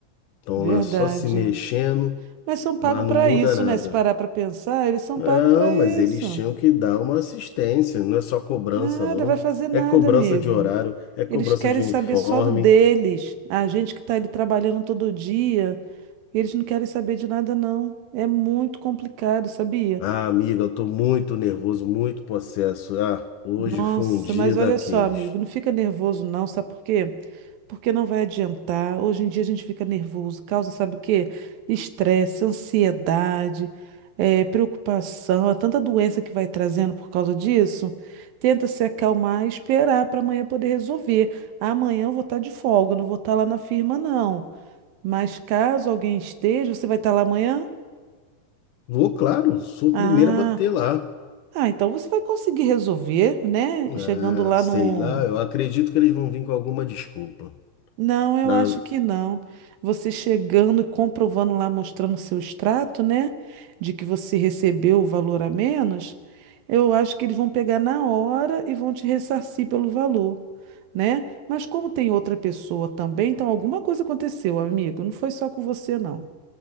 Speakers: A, on the left; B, on the right.
A: Estão
B: verdade.
A: lá só se mexendo,
B: Mas são pagos
A: mas não
B: para
A: muda
B: isso,
A: nada.
B: né? Se parar para pensar, eles são
A: Não,
B: pagos para isso.
A: mas eles tinham que dar uma assistência, não é só cobrança,
B: Nada,
A: não.
B: vai fazer nada,
A: É cobrança
B: amigo.
A: de horário, é cobrança
B: Eles querem
A: de uniforme.
B: saber só do deles. A gente que tá ali trabalhando todo dia, eles não querem saber de nada, não. É muito complicado, sabia?
A: Ah, amiga, eu tô muito nervoso, muito possesso. Ah, hoje
B: Nossa,
A: foi um dia
B: mas
A: daqueles.
B: olha só, amigo, não fica nervoso não, sabe por quê? Porque não vai adiantar. Hoje em dia a gente fica nervoso, causa, sabe o quê? Estresse, ansiedade, eh, preocupação, é tanta doença que vai trazendo por causa disso. Tenta se acalmar e esperar para amanhã poder resolver. Amanhã eu vou estar de folga, eu não vou estar lá na firma, não. Mas caso alguém esteja, você vai estar lá amanhã?
A: Vou, claro, sou o
B: Ah,
A: primeiro a bater lá.
B: ah, então você vai conseguir resolver, né?
A: Ah,
B: Chegando lá
A: sei
B: no
A: lá, eu acredito que eles vão vir com alguma desculpa.
B: Não, eu
A: Na-
B: acho que não. Você chegando e comprovando lá, mostrando o seu extrato, né? De que você recebeu o valor a menos, eu acho que eles vão pegar na hora e vão te ressarcir pelo valor, né? Mas como tem outra pessoa também, então alguma coisa aconteceu, amigo. Não foi só com você, não.